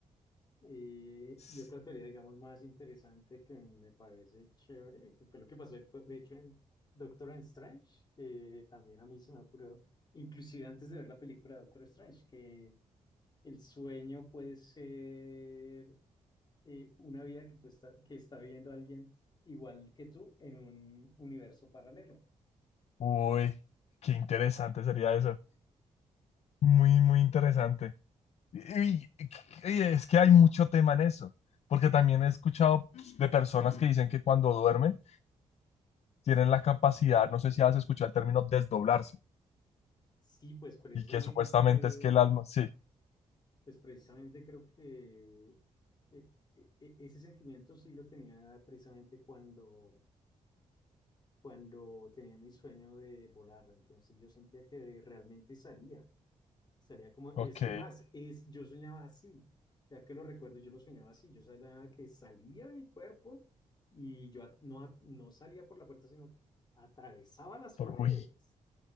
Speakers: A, on the left; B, on the left.
A: Y,
B: s-
A: y otra teoría, digamos, más interesante que me parece chévere, que fue lo que pasó, de hecho, en Doctor Strange, que también a mí se me ocurrió, inclusive antes de ver la película de Doctor Strange, que el sueño puede ser eh, una vida que, pues, está, que está viviendo alguien igual que tú en un universo paralelo.
B: Uy, qué interesante sería eso. Muy, muy interesante. Y, y- y es que hay mucho tema en eso, porque también he escuchado pues, de personas que dicen que cuando duermen tienen la capacidad, no sé si has escuchado el término desdoblarse
A: Sí, pues precisamente
B: Y que supuestamente es que el alma, sí,
A: Pues precisamente creo que eh, eh, eh, ese sentimiento sí lo tenía precisamente cuando, cuando tenía mi sueño de volar. Entonces yo sentía que realmente salía. Salía como,
B: ok,
A: es que más, es, yo soñaba así. Ya que lo recuerdo, yo lo soñaba así. Yo sabía que salía de mi cuerpo y yo a- no, a- no salía por la puerta, sino atravesaba las
B: por-
A: paredes.
B: uy,